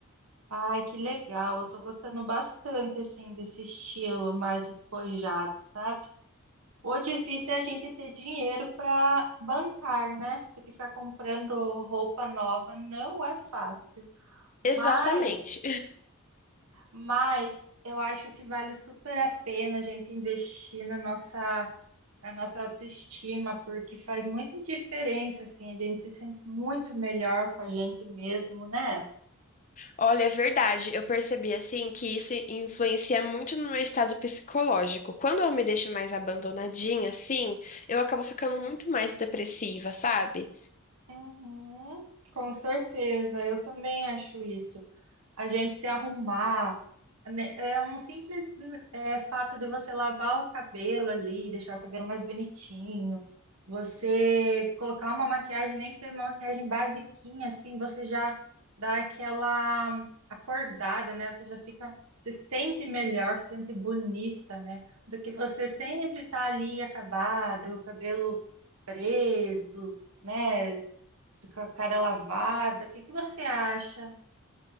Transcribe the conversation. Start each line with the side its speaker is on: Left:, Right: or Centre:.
Right: Ai, que legal. Eu tô gostando bastante, assim, desse estilo mais despojado, sabe? O difícil é a gente ter dinheiro para bancar, né? Porque ficar comprando roupa nova não é fácil. Mas,
Left: Exatamente.
Right: mas eu acho que vale super a pena a gente investir na nossa, na nossa autoestima, porque faz muita diferença, assim, a gente se sente muito melhor com a gente mesmo, né?
Left: Olha, é verdade. Eu percebi assim que isso influencia muito no meu estado psicológico. Quando eu me deixo mais abandonadinha, assim, eu acabo ficando muito mais depressiva, sabe?
Right: Uhum, com certeza, eu também acho isso. a gente se arrumar. né, É um simples é, fato de você lavar o cabelo ali, deixar o cabelo mais bonitinho, você colocar uma maquiagem, nem que seja uma maquiagem basiquinha, assim, você já dá aquela acordada, né? Você já fica, se sente melhor, se sente bonita, né? Do que você sempre estar ali acabada, com o cabelo preso, né? Com a cara lavada. O que que você acha?